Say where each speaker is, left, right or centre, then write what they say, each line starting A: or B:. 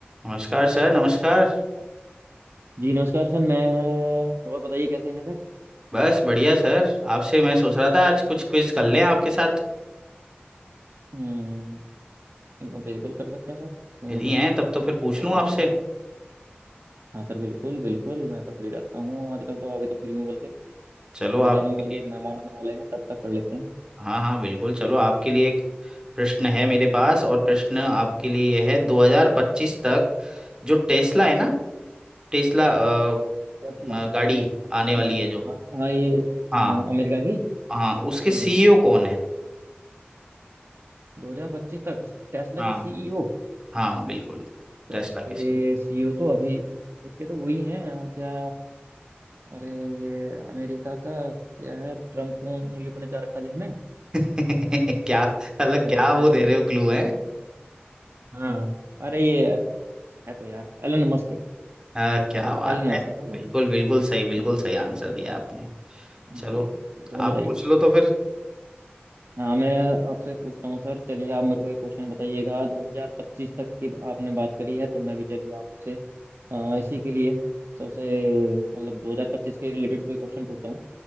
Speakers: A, on the right; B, on the right.
A: नमस्कार सर नमस्कार
B: जी नमस्कार सर मैं और बताइए कैसे हैं सर
A: बस बढ़िया सर आपसे मैं सोच रहा था आज कुछ क्विज कर लें आपके साथ
B: हम्म बिल्कुल कर सकते हैं सर क्यों
A: फ्री
B: नहीं कर
A: हैं
B: सकते
A: तब तो फिर पूछ
B: और
A: लूँ आपसे
B: बताइए हाँ सर बिल्कुल बिल्कुल मैं तो फ्री रहता हूँ आजकल तो अभी तो फ्री हूँ बल्कि
A: चलो
B: थोड़ी
A: आपके
B: देर में बल्कि
A: लिए
B: एक मेहमान आने वाले हैं तब तक कर लेते हैं
A: हाँ हाँ बिल्कुल चलो आपके लिए एक प्रश्न है मेरे पास और प्रश्न आपके लिए यह है 2025
B: जी
A: तक जो टेस्ला है ना टेस्ला अ,
B: टेस्ला
A: अ, गाड़ी आने वाली
B: हम्म
A: है जो
B: हाँ हाँ, ये
A: हाँ
B: हाँ अमेरिका की
A: हाँ उसके
B: हम्म
A: सीईओ कौन है
B: 2025 तक टेस्ला
A: हाँ
B: के सीईओ
A: हाँ बिल्कुल
B: सर
A: टेस्ला
B: इसके
A: के सीईओ
B: सीईओ तो अभी इसके तो वही हैं अ, क्या अरे ये अमेरिका का क्या है ट्रम्प उंगली पर नचा रखा जिसने
A: <laughs> क्या अलग
B: अरे
A: क्या
B: रे रे,
A: वो दे रहे हो क्लू है
B: हाँ अरे ये है तो यार एलन मस्क
A: आ, क्या बात
B: एलन
A: है
B: मस्क है सर
A: बिल्कुल बिल्कुल सही बिल्कुल
B: हम्म
A: सही आंसर दिया आपने चलो
B: जी जी जी और
A: आप
B: बताइए
A: पूछ लो तो फिर
B: हाँ मैं आपसे पूछता हूँ सर चलिए आप मेरे को एक क्वेश्चन बताइएगा 2025 तक की आपने बात करी है तो मैं भी चलिए आपसे अ, इसी के लिए सबसे मतलब 2025 के रिलेटेड कोई क्वेश्चन पूछता हूँ